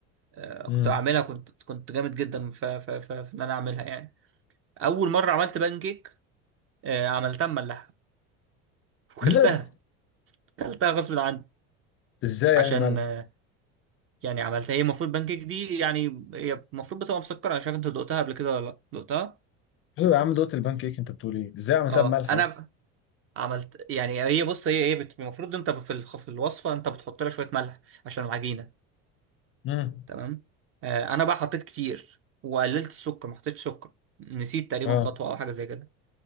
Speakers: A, on the right (about 40°); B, on the left (about 40°).
A: آه،
B: امم
A: كنت بعملها كنت كنت جامد جدا في في في في ان انا اعملها يعني اول مره عملت بانكيك آه، عملتها مملحه <laughs> وكلتها
B: ملح
A: كلتها غصب عني
B: ازاي
A: عشان
B: يعني ملح
A: آه، يعني عملتها هي المفروض بانكيك دي يعني هي المفروض بتبقى مسكره مش عارف انت دقتها قبل كده ولا لا دقتها
B: شوف يا عم دوت البان كيك انت بتقول ايه؟ ازاي عملتها
A: اه
B: بملح
A: انا
B: اصلا؟
A: ب- عملت يعني هي بص هي هي بت- المفروض انت في الخ- في الوصفه انت بتحط لها شويه ملح عشان العجينه
B: امم
A: تمام آه انا بقى حطيت كتير وقللت السكر ما حطيتش سكر نسيت تقريبا
B: اه
A: خطوه او حاجه زي كده